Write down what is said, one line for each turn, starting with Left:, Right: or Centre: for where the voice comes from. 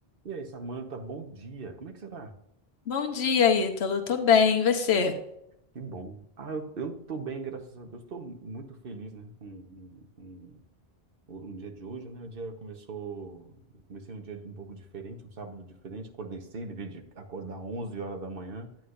Right: E aí, Samanta, bom dia. Como é que você tá?
Left: Bom dia, Ítalo. Tô bem, e você?
Right: Que bom. Ah, eu, eu tô bem, graças a Deus. Estou muito feliz, né? Um, um, um, um dia de hoje, né? O dia começou. eu Comecei um dia um pouco diferente, um sábado diferente. Acordei cedo, em vez de acordar 11 horas da manhã,